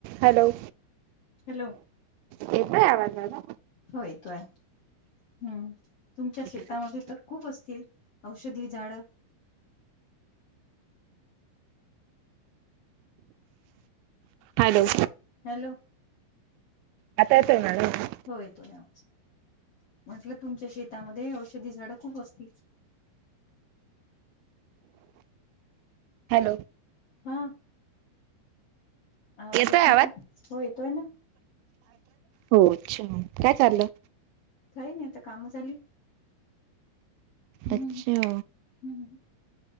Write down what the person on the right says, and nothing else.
Hello.
येतोय आवाज आता?
एक सेकंड
हॅलो.
आता येतो आहे मॅडम?
हॅलो.
येतोय
हो अच्छा काय चाललं?
अच्छा.